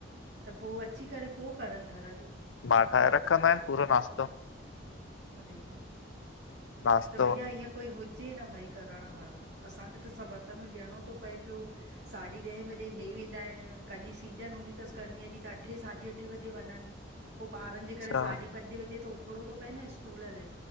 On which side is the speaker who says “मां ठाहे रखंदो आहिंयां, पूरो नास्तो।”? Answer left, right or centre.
Left